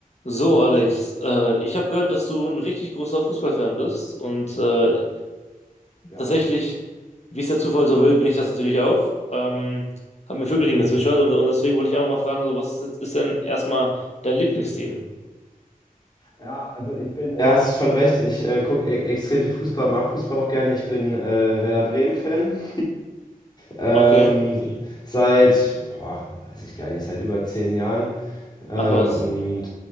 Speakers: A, on the left; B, on the left.
A: So, Alex, äh, ich habe gehört, dass du ein richtig großer Fußballfan bist und äh,
B: Ja,
A: tatsächlich, wie es der Zufall so will, bin ich das natürlich auch. Ähm, haben mir Vögelchen gezwitschert und, und deswegen wollte ich einfach mal fragen, so was ist, ist denn erstmal dein Lieblingsteam?
B: ja, also ich bin, Ja, äh, hast du schon recht. Ich äh, gucke e extrem viel Fußball, mag Fußball auch gerne. Ich bin äh, Werder Bremen-Fan. <laughs> Ähm,
A: Okay.
B: seit, boah, weiß ich gar nicht, seit über zehn Jahren. Ähm,
A: Ach was.
B: und